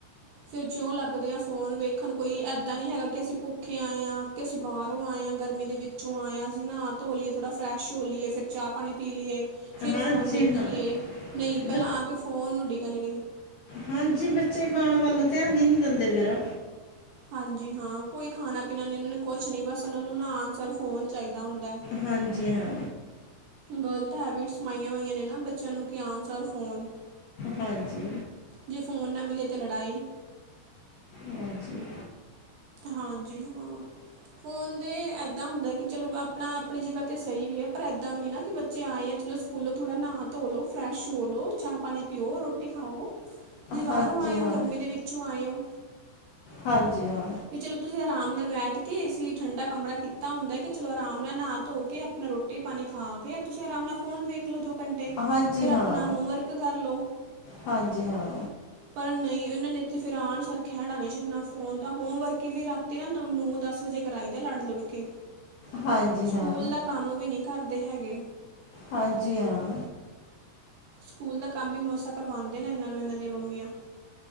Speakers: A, on the right (about 65°); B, on the left (about 70°).
A: ਫਿਰ, ਜਿਉਂ ਲੱਗਦੇ ਹਾਂ ਫੋਨ ਵੇਖਣ, ਕੋਈ ਇੱਦਾਂ ਨਹੀਂ ਹੈਗਾ ਕਿ, ਅਸੀਂ ਭੁੱਖੇ ਆਏ ਹਾਂ, ਕਿ ਅਸੀਂ ਬਾਹਰੋਂ ਆਏ ਹਾਂ, ਗਰਮੀ ਦੇ ਵਿੱਚ ਚੋਂ ਆਏ ਅਸੀਂ ਨਾਹਾ ਧੋ ਲਈਏ, ਥੋੜ੍ਹਾ ਫਰੈਸ਼ ਹੋ ਲਈਏ, ਫਿਰ ਚਾਹ ਪਾਣੀ ਪੀ ਲਈਏ। ਫੇਿਰ
B: ਹਾਂਜੀ
A: ਫੋਨ ਦੇਖੀਏ,
B: ਹਾਂ
A: ਨਹੀਂ ਪਹਿਲਾਂ
B: ਬ
A: ਆ ਕੇ, ਫੋਨ ਨੂੰ ਡਿੱਗਣਗੇ।
B: ਹਾਂਜੀ, ਬੱਚੇ ਖਾਣ ਵੱਲ ਧਿਆਨ ਹੀ, ਨਹੀਂ ਦਿੰਦੇ ਫੇਿਰ।
A: ਹਾਂਜੀ, ਹਾਂ ਕੋਈ ਖਾਣਾ- ਪੀਣਾ ਨੀ ਉਹਨਾਂ ਨੂੰ ਕੁਛ ਨਈ, ਬਸ ਉਹਨਾ ਨੂੰ ਨਾ ਆਣ ਸਾਰ ਫੋਨ, ਚਾਹੀਦਾ ਹੁੰਦਾ ਏ।
B: ਹਾਂਜੀ ਹਾਂ।
A: ਗਲਤ, ਹੈਬਿਟਸ ਪਾਈਆਂ ਹੋਈਆਂ ਨੇ ਨਾ ਬੱਚਿਆਂ ਨੂੰ, ਕਿ ਹਾਂ ਸਰ ਫੋਨ
B: ਹਾਂਜੀ।
A: ਜੇ ਫੋਨ, ਨਾ ਮਿਲੇ ਤਾਂ, ਲੜਾਈ
B: ਹਾਂਜੀ।
A: ਹਾਂਜੀ, ਹੋ ਫੋਨ ਦੇ ਇਏਦਾਂ ਹੁੰਦਾ ਕਿ, ਚਲੋ ਆਪਣਾ -ਆਪਣੀ ਜਗ੍ਹਾ ਤੇ ਸਹੀ ਵੀ ਹੈ, ਪਰ ਏਦਾਂ ਵੀ ਨ ਨਾ ਕਿ ਬੱਚੇ ਆਏ, ਆ ਚਲੋ ਖੂਲੋ ਥੋੜਾ, ਨਾਹਾ -ਧੋ ਲੋ, ਫਰੈਸ਼ ਹੋਲ ਲੋ ਚਾਹ ਪਾਣੀ ਪੀਓ, ਰੋਟੀ ਖਾਓ ਤੁਸੀਂ, ਬਾਹਰੋਂ
B: ਹਾਂਜੀ
A: ਆਏ ਹੋ,
B: ਹਾਂ
A: ਗਰਮੀ ਦੇ ਵਿੱਚੋਂ ਆਏ ਹੋ?
B: ਹਾਂਜੀ ਹਾਂ।
A: ਵੀ ਚਲੋ ਤੁਸੀਂ ਆਰਾਮ ਨਾਲ ਬੈਠ ਕੇ ਅਸੀਂ ਠੰਡਾ ਕਮਰਾ ਕੀਤਾ ਹੁੰਦਾ ਕਿ, ਚਲੋ ਆਰਾਮ ਨਾਲ ਨਹਾ ਧੋ ਕੇ, ਆਪਣਾ ਰੋਟੀ ਰੋਟੀ ਪਾਣੀ ਖਾ ਕੇ, ਤੁਸੀਂ ਆਰਾਮ ਨਾਲ ਫੋਨ ਵੇਖ ਲੋ ਦੋ
B: ਹਾਂਜੀ
A: ਫਿਰ
B: ਹਾਂ
A: ਆਪਣਾ, ਹੋਮ ਵਰਕ ਕਰਲੋ
B: ਹਾਂਜੀ ਹਾਂ
A: ਪਰ ਨਈ, ਇਹਨਾਂ ਨੇ ਤੇ ਫਿਰ ਆਣ, ਖਹਿੜਾ ਨਹੀਂ ਛੱਡਣਾ ਫੋਨ ਹੋਮ ਵਰਕ, ਵੀ ਰਾਤੀ ਨਾ, ਨੂੰ ਨੌ ਦਸ ਵਜੇ ਕਰਾਈ ਦਾ, ਲੜ ਲੁੜ ਕੇ
B: ਹਾਂਜੀ
A: ਸਕੂਲ
B: ਹਾਂ
A: ਦਾ, ਕੰਮ ਵੀ ਨਹੀਂੀ ਕਰਦੇ ਹੈਗੇ।
B: ਹਾਂਜੀ, ਹਾਂ।
A: ਸਕੂਲ ਦਾ ਕੰਮ ਵੀ, ਮਸਾ ਕਰਵਾਉਂਦੇ ਨੇ ਇਹਨਾਂ ਨੂੰ, ਇਹਨਾਂ ਦੀਆਂ ਮੰਮੀਆਂ